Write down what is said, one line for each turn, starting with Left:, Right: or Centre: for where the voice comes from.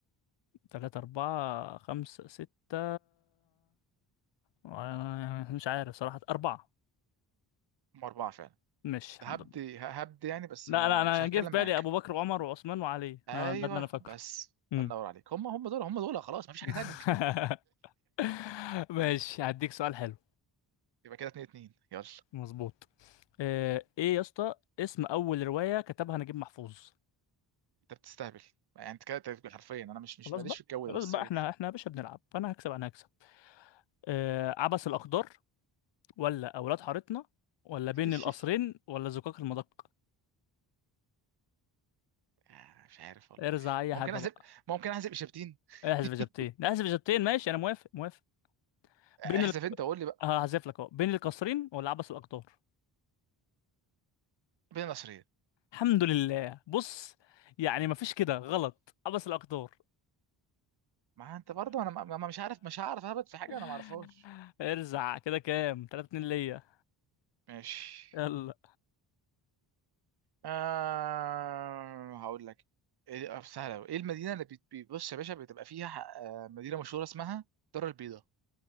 Left: تلاتة أربعة خمسة ستة آه، مش عارف صراحة أربعة
Right: هم أربعة فعلا
Left: مش الحمد
Right: هبد
Left: لله
Right: هبد يعني بس
Left: لا
Right: ما-
Left: لا أنا
Right: مش هتكلم
Left: جه في
Right: معاك
Left: بالي أبو بكر وعمر وعثمان وعلي أنا-
Right: ايوه
Left: ده اللي أنا فاكره
Right: بس
Left: مم.
Right: النور عليك هم هم دول هم دول خلاص مفيش حاجه
Left: <laughs>
Right: تانية
Left: ماشي هديك سؤال حلو
Right: <laughs> يبقى كده اتنين اتنين يلا
Left: مظبوط آه، إيه يا اسطى اسم أول رواية كتبها نجيب محفوظ
Right: انت بتستهبل يعني انت كده أنت بتقول حرفيا انا مش مش
Left: خلاص
Right: ماليش
Left: بقى
Right: في الجو ده
Left: خلاص
Right: بس
Left: بقى
Right: قول
Left: احنا احنا يا باشا بنلعب فأنا هكسب أنا هكسب آه، عبس الأقدار ولا أولاد حارتنا ولا
Right: <laughs>
Left: بين القصرين ولا زقاق المدق
Right: آه، مش عارف والله
Left: ارزع أي
Right: ممكن
Left: حاجة
Right: احسب ممكن احسب اجابتين
Left: احذف
Right: <laughs>
Left: اجابتين احذف اجابتين ماشي انا موافق موافق بين
Right: احذف
Left: ال...
Right: انت وقول لي بقى
Left: هحذف لك اهو بين القصرين ولا عبس الاقدار
Right: بين النصرين
Left: الحمد لله بص يعني مفيش كده غلط عبس الاقدار
Right: ما انت برضه انا ما ما- مش عارف مش هعرف اهبط في حاجه
Left: <laughs>
Right: انا ما اعرفهاش
Left: ارزع كده كام 3 2 ليا
Right: ماشي
Left: يلا
Right: آه هقول لك إيه- آه، سهله أوي. ايه المدينه اللي بت- بيبص يا باشا بتبقى فيها آه مدينه مشهوره اسمها الدار البيضاء